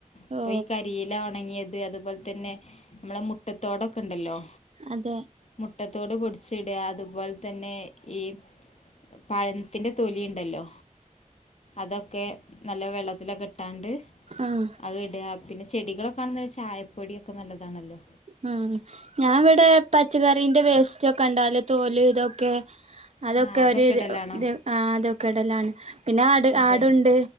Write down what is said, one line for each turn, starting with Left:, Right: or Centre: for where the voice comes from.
Left: ഇപ്പൊ
Right: ഓ
Left: ഈ കരിയില ഉണങ്ങിയത് അതുപോലെ തന്നെ നമ്മളെ മുട്ടത്തോടൊക്കെ ഉണ്ടല്ലോ
Right: അതെ
Left: മുട്ട ട്ടത്തോട് പൊടിച്ചിടുക അതുപോലെ തന്നെ ഈ പഴ ത്തിന്റെ തൊലി ഉണ്ടല്ലോ അതൊക്കെ നല്ല വെള്ളത്തിലൊക്കെ ഇട്ട് അണ്ട്
Right: ആഹ്
Left: അതോണ്ട് ഞാൻ <unintelligible> പിന്നെ ചെടികളൊക്കാണെന്ന് ചായപ്പൊടിയൊക്കെ നല്ലതാണല്ലോ
Right: ആ ഞാൻ ഇവിടെ പച്ചക്കറീന്റെ വേസ്റ്റ് ഒക്കെ ഉണ്ടാല് തോല് ഇതൊക്കെ അതൊക്കെ
Left: ആ
Right: ഒരു
Left: ഇടലാണോ
Right: ഇ ആ അതൊക്കെ ഇടലാണ് പിന്നെ ആട്
Left: അതെ
Right: ആടുണ്ട്